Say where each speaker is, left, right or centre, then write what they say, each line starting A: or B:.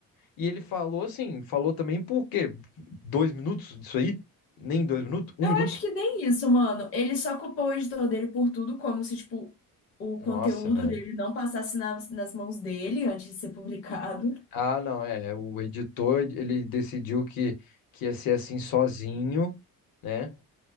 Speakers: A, on the left; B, on the left.
A: E ele falou assim, falou também por quê? Dois minutos disso aí? Nem dois minutos? Um
B: Eu
A: minuto?
B: acho que nem isso, mano. Ele só culpou o editor dele por tudo, como se, tipo, o
A: Nossa,
B: conteúdo
A: velho.
B: dele não passasse nas, nas mãos dele antes de ser publicado.
A: Ah, não, é. O editor, ele decidiu que, que ia ser assim sozinho, né?